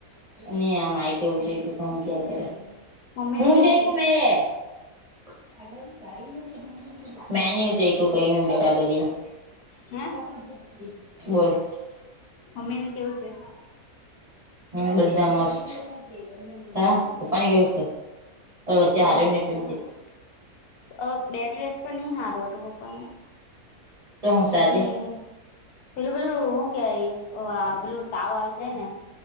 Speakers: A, on the right; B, on the left.
A: ની આ માય કેવું જોય્તુ પણ કેયા કરે, હું ઉચઇકુ મેં?
B: મમ્મી
A: ની
B: ને કેવું
A: આ
B: છે
A: માય કેવું જાય તું પણ કેયા કરે, હુ ઉચઈકુ મેં? <unintelligible> મે ની ઉચઇકુ મેં ની ઉચઈકુ મેં ની કઈ નું બી
B: હે
A: <inaudible> બોલ કઈ નું બી બોલ
B: અમે ને કેવું છે? અમે ને કેવું છે?
A: હમ બધા મસ્ત. હમ બધા મ હમ બધા મસ્ત હમ બધા હા પપ્પાની કેવું છે? પણ વચ્ચે હારુની તુંમ હા પપ્પાની એવું છે?
B: બસ
A: પણ વચ્ચે
B: સારા
A: સાધુની તુમ
B: અ બે દિવસ તો નહી સારું હતું પપ્પાને
A: તો હું
B: પછી,
A: સાજે
B: અ બે દિવસ તો નહીં સારું હતું પપ્પાને પછી પેલું પેલું હું કેય પેલું તાવ આવી જાય ને? પેલું પેલું હું કેય પેલું તાવ આવી જાય ને?